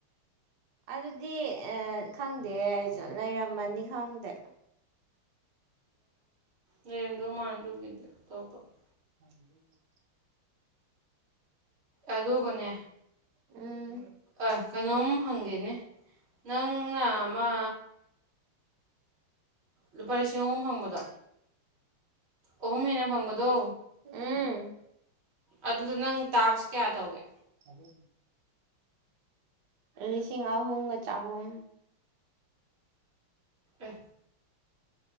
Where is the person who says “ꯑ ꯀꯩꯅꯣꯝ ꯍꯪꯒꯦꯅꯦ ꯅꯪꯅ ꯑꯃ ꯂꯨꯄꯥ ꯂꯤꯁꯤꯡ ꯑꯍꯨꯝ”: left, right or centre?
Right